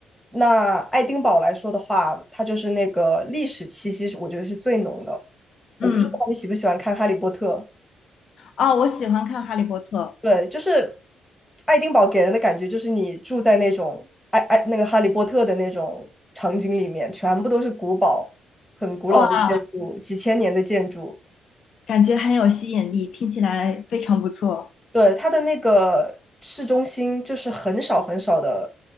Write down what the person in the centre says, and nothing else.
那爱丁堡来说的话，它就是那个历史气息是我觉得是最浓的。我不知道你喜不喜欢看《哈利波特》，
对，就是爱丁堡给人的感觉就是你住在那种爱爱那个《哈利波特》的那种场景里面，全部都是古堡，很古老的建筑，
几千年的建筑。
对，它的那个市中心就是很少很少的